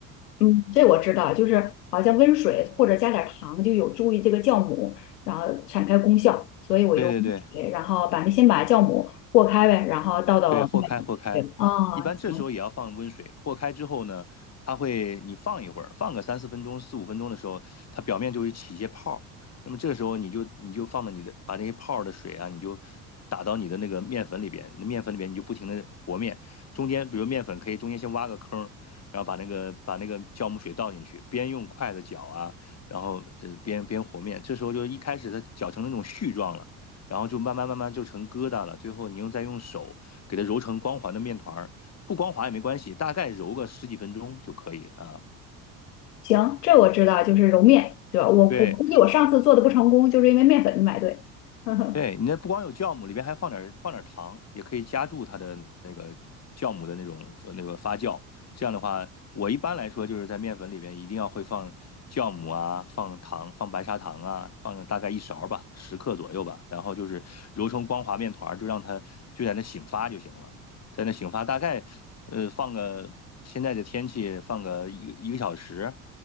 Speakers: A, on the left (about 85°); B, on the left (about 35°).
A: 嗯，这我知道，就是好像温水或者加点糖就有助于这个酵母，然后产开功效，所以我用温水，
B: 对对对，
A: 然后把那先把酵母和开呗，然后倒到面里。
B: 对，和开和开，
A: 对，哦，
B: 一般这时候也要放温水。
A: 行。
B: 和开之后呢，它会你放一会儿，放个三四分钟、四五分钟的时候，它表面就会起一些泡儿。那么这个时候你就你就放到你的把那些泡儿的水啊，你就打到你的那个面粉里边，那面粉里边你就不停的和面，中间比如面粉可以中间先挖个坑儿，然后把那个把那个酵母水倒进去，边用筷子搅啊，然后呃边边和面。这时候就一开始它搅成那种絮状了，然后就慢慢慢慢就成疙瘩了，最后你用再用手。给它揉成光滑的面团儿，不光滑也没关系，大概揉个十几分钟就可以啊。
A: 行，这我知道，就是揉面，对吧？我我估计我上次做的不成功，
B: 对，
A: 就是因为面粉没买对。<laughs> 呵呵，
B: 对，你那不光有酵母，里边还放点放点糖，也可以加注它的那个酵母的那种那个发酵。这样的话，我一般来说就是在面粉里边一定要会放酵母啊，放糖，放白砂糖啊，放大概一勺儿吧，十克左右吧。然后就是揉成光滑面团儿，就让它就在那醒发就行了，在那醒发大概呃放个现在的天气放个一个一个小时，